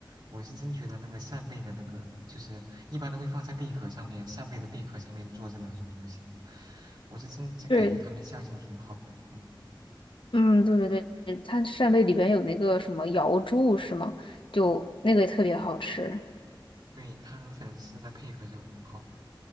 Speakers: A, on the right; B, on the left.
A: 我是真觉得那个扇贝的那个，就是一般都会放在贝壳上面，扇贝的贝壳上面做这两种东西嘛，我是真就感觉他们相性挺好的，
B: 对，
A: 嗯，
B: 嗯，对对对，它扇贝里边有那个什么瑶柱是吗？就那个也特别好吃。
A: 对，它和粉丝的配合就很好，